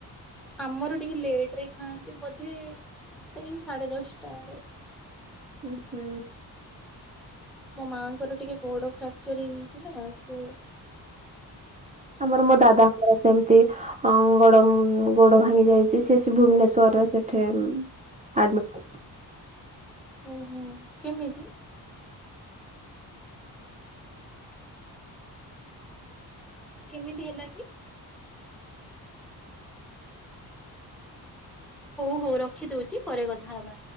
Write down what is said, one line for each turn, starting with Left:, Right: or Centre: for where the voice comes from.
Centre: ଆମର ଟିକେ ଲେଟ ରେ ଖାଆନ୍ତି ବୋଧେ ସେଇ ସାଢେ ଦଶଟା ଆଡ଼େ।
Right: ଉ ହୁଁ।
Centre: ମୋ ମାଆଙ୍କର ଟିକେ ଗୋଡ ଫ୍ରାକ୍ଚର ହେଇଯାଇଛି ନା ସେ
Right: ଆମର ମୋ ଦାଦାଙ୍କର ସେମିତି ହଁ ଗୋଡ ଗୋଡ ଭାଙ୍ଗି ଯାଇଛି ସେ ଭୁବନେଶ୍ଵରରେ ସେଠେ ଆଡିମିଟି କଲି।
Centre: ଓହୋ କେମିତି କେମିତି ହେଲା କି। ହଉ ହଉ ରଖି ଦଉଛି ପରେ କଥା ହବା।